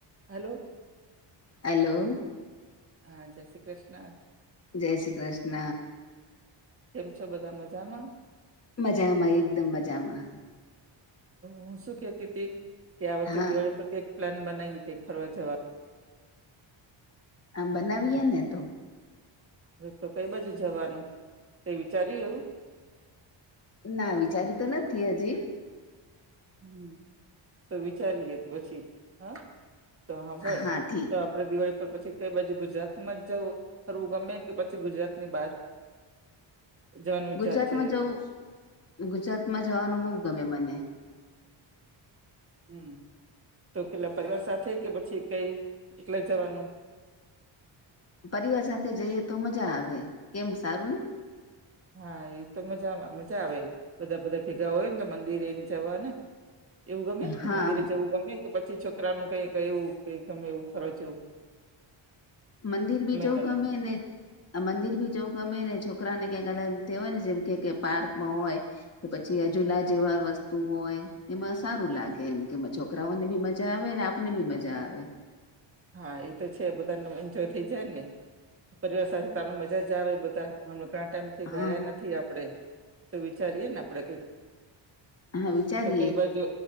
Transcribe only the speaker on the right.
Hello
હા જય શ્રી કૃષ્ણ
કેમ છો બધા મજામાં.
હું શું કેતી તી કે આ વખતે
દિવાળી પરથી એક પ્લાન બનાવી કે ફરવા જવાનો
હ તો કઈ બાજુ જવાનું તે વિચાર્યું એવું.
હમ્મ તો વિચારીએે પછી હા તો હાભળ
તો આપે દિવાળી પર પછી કઈ બાજુ ગુજરાત માં જવું ફરવું ગમે કે પછી ગુજરાતની બહાર જવાનો વિચાર
છે
હમ્મ તો પેલા પરિવાર સાથે કે પછી કઈ એકલા જવાનું.
હા એ તો મજા મજા આવે બધા બધા ભેગા હોય ને તો મંદિર એને જવા ને એવું ગમે
મંદિરે જવું ગમે કે પછી છોકરા નું કઈક એવું કે ગમે એવું ફરવા જેવું.
તને
હા એ તો છે બધાનો એન્જોય થઈ જાય ને પરિવાર સાથે અમે મજા જ આવે બધા હમે ઘણા ટાઈમ થી
ગયા નથી. થી આપણેે તો વિચારીએ <inaudible> ને આપણેે કઈક
તો કઈ બાજુ